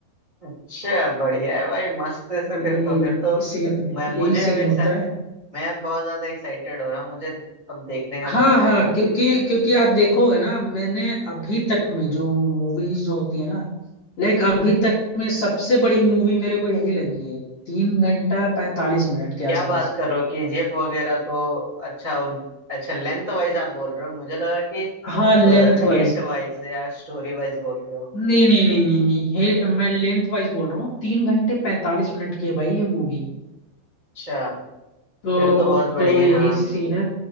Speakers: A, on the right; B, on the left.
A: अच्छा बढ़िया है भाई मस्त से
B: ये,
A: फिर तो फिर तो
B: ये सीन
A: मैं
B: यही
A: मुझे
B: सीन
A: अब
B: होता है
A: मैं अब बहुत ज्यादा एक्साइटेड हो रहा हूँ मुझे अब देखने का
B: हाँ
A: मन कर
B: हाँ
A: रहा है
B: क्योंकि क्योंकि आप देखोगे ना मैंने अभी तक में जो मूवीज जो होती है ना लाइक अभी तक में सबसे बड़ी मूवी मेरे को यही लगी है तीन घंटा पैंतालीस मिनट के
A: क्या
B: आसपास
A: बात करो कि जीएफ वगैरह को अच्छा अच्छा लेंथ वाइज आप बोल रहे हो मुझे लगा कि
B: हाँ लेंथ वाइज
A: हिट वाइज या स्टोरी वाइज बोल रहे हो
B: नहीं नहीं नहीं नहीं नहीं हे मैं लेंथ वाइज बोल रहा हूँ तीन घंटे पैंतालीस मिनट की है भाई ये मूवी
A: अच्छा
B: तो
A: फिर तो बहुत बढ़िया
B: तो यही
A: है। हाँ
B: सीन है